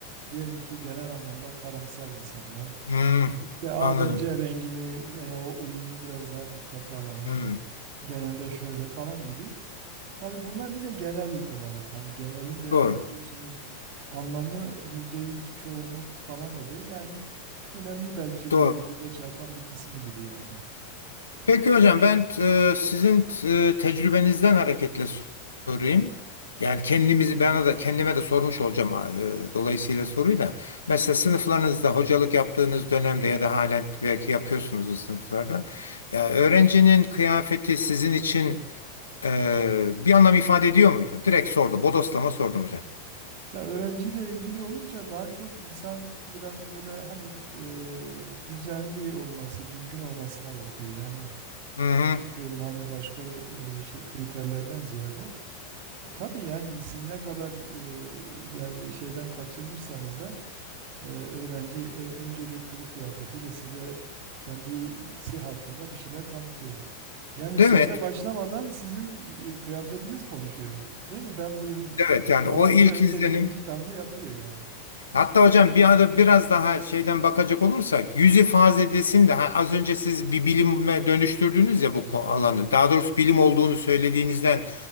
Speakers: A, on the right; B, on the left.
A: diyelim ki genel anlamda karamsar insanlar.
B: Hı,
A: İşte A,
B: anladım.
A: B, C rengini veya o uyumu biraz daha dikkate alanlar
B: Hı,
A: genelde şöyle falan gibi. Tabii bunlar yine genel olarak hani genelin de
B: doğru.
A: biliyorsunuz anlamı %100 çoğunluk falan da değil yani önemli belki
B: Doğru.
A: böyle göze çarpan bir kısmı gibi yani.
B: Peki hocam ben e, sizin e, tecrübenizden hareketle sorayım. Yani kendimizi bana da kendime de sormuş olacağım e, dolayısıyla soruyu da. Mesela sınıflarınızda hocalık yaptığınız dönemde ya da halen belki yapıyorsunuz o sınıflarda. Ya öğrencinin kıyafeti sizin için e, bir anlam ifade ediyor muydu? Direkt sordum. Bodoslama sordum hocam.
A: Ya öğrenciyle ilgili olunca daha çok insan biraz böyle hani e, düzenli olması, düzgün olmasına bakıyor. Yani
B: Hı hı.
A: bilmiyorum hani başka e, şey kriterlerden ziyade. E, tabii yani siz ne kadar e, yani şeyden kaçınırsanız da e, öğrenci ö- önce bir kılık kıyafetiyle size kendisi hakkında bir şeyler tanıtıyor. Yani
B: Değil
A: söze
B: mi?
A: başlamadan sizin e, kıyafetiniz konuşuyor. Değil mi? Ben buyum
B: Evet yani
A: falan
B: o ilk
A: diye önce
B: izlenim
A: bir ilk tanımı yapıyor yani.
B: Hatta hocam bir arada biraz daha şeyden bakacak olursak yüz ifadesinde ha, az önce siz bir bilime dönüştürdünüz ya bu ko- alanı. Daha doğrusu bilim olduğunu söylediğinizden